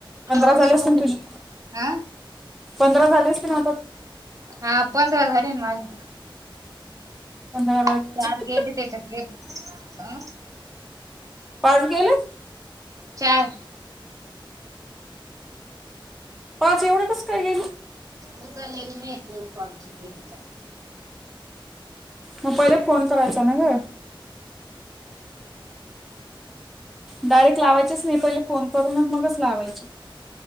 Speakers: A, in the centre; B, on the right.
A: पंधरा
B: पाऊस
A: झालेसते
B: उघडले
A: तुझे
B: का? हा
A: पंधरा झालेसते ना आता.
B: हा पंधरा झाले माझे.
A: पंधरा राहिले
B: चार गेले त्याच्यातले अं.
A: पाऊस गेलेच.
B: चार.
A: पाच एवढंकस काय गेले.
B: उ तर नाहील नाही येत कोॉणची विच.
A: मग पहिले फोन करायचा ना ग. डायरेक्ट लावायचेच नाही पहिले फोन करूनच मगच लावायचे.